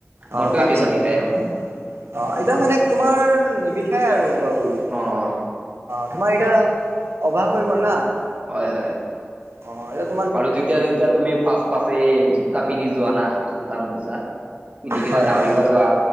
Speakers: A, on the right; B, on the right.
A: মোৰতো
B: অঁ তাৰপিছত
A: এতিয়া নিবিষায়
B: তুমি <unintelligible>
A: অ'।
B: অ! এতিয়া মানে তোমাৰ নিবিষাই আৰু ক'ব গ'লে। <unintelligible>
A: অ',
B: আমাৰ এতিয়া অভ্যাস হৈ গ'ল না। <unintelligible>
A: হয়-হয়। <unintelligible>
B: অঁ <unintelligible>
A: আৰু যেতিয়া-যেতিয়া তুমি ফাৰ্ষ্ট-ফাৰ্ষ্ট এই জোতা পিন্ধি যোৱা না <unintelligible> জোতা-মোজা পিন্ধি কিনে
B: হয়
A: দৌৰিব
B: হয়
A: যোৱা